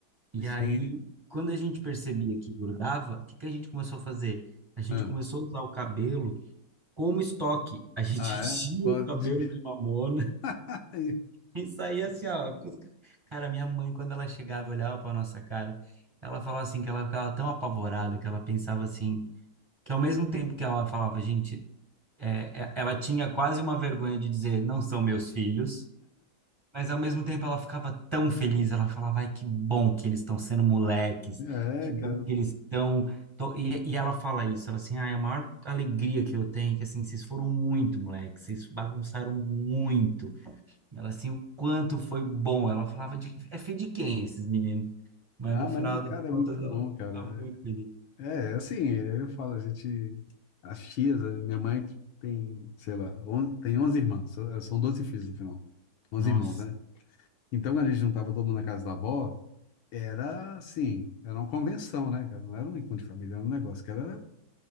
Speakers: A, on the right; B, on the left.
A: E aí,
B: Sim.
A: quando a gente percebia que grudava, o que que a gente começou a fazer? A gente
B: Ah,
A: começou a usar o cabelo como estoque. A gente
B: ah,
A: <laughs> tinha
B: é? Bota
A: o cabelo
B: de...
A: de mamona
B: <laughs>
A: e saía assim, ó. com os- Cara, minha mãe, quando ela chegava e olhava pra nossa cara, ela falava assim que ela ficava tão apavorada que ela pensava assim, que ao mesmo tempo que ela falava, gente, é, é- ela tinha quase uma vergonha de dizer, não são meus filhos. Mas ao mesmo tempo ela ficava tão feliz, ela falava, ai, que bom que eles estão sendo moleques,
B: É,
A: que bom
B: cara.
A: que eles estão. tô-" E, e ela fala isso, ela assim, ai, a maior alegria que eu tenho é que assim, vocês foram muito moleques, vocês bagunçaram muito. Ela assim, o quanto foi bom. Ela falava de é filho de quem esses meninos? Mas
B: Ah,
A: no final
B: mas,
A: das
B: cara, é muito
A: contas ela
B: bom, cara.
A: tá muito feliz.
B: É. É, assim, eu falo, a gente, as tias, a minha mãe tem, sei lá, on, tem 11 irmãs, são são 12 filhos no final, 11
A: Nossa,
B: irmãos, né? Então, quando a gente juntava todo mundo na casa da avó, era assim, era uma convenção, né, cara? Não era um encontro de família, era um negócio que era,